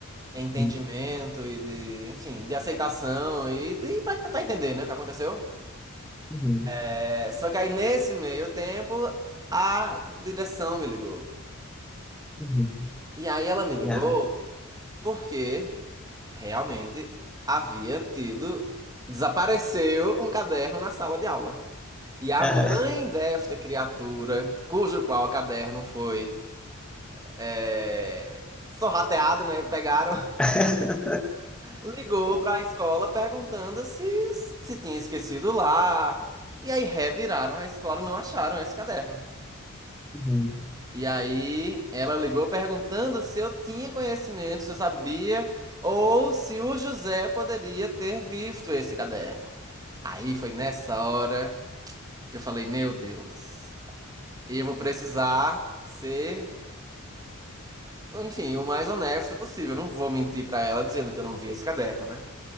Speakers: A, on the right; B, in the centre.
A: entendimento
B: Uhum,
A: e de, enfim, de aceitação e de para tentar entender, né, o que aconteceu.
B: uhum,
A: É, só que aí nesse meio tempo a direção me ligou.
B: uhum,
A: E aí ela me ligou
B: Yeah.
A: porque realmente havia tido, desapareceu um caderno na sala de aula. E a
B: Aham.
A: mãe desta criatura, cujo qual caderno foi é, sorrateado, né? Pegaram <laughs>
B: <laughs>
A: Ligou para a escola perguntando se, se tinha esquecido lá. E aí reviraram a escola e não acharam esse caderno.
B: uhum,
A: E aí ela ligou perguntando se eu tinha conhecimento, se eu sabia, ou se o José poderia ter visto esse caderno. Aí foi nessa hora que eu falei, meu Deus, eu vou precisar ser, enfim, o mais honesto possível. Eu não vou mentir para ela dizendo que eu não vi esse caderno, né?